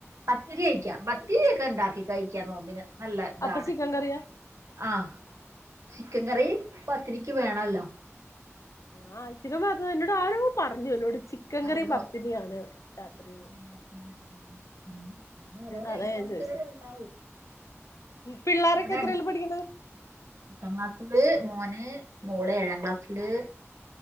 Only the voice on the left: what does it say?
അപ്പൊ ചിക്കൻ കറിയാ
ആഹ ഇച്ചിരിമ്പ് അത എന്നോട് ആരോ പറഞ്ഞു എന്നോട് ചിക്കൻ
കറിയും പത്തിരിയാണ് രാത്രിന്ന്
അതാ
ഞാൻ
ചോദിച്ചത്
പിള്ളോരൊക്കെ
എത്രേലാ
പഠിക്കണെ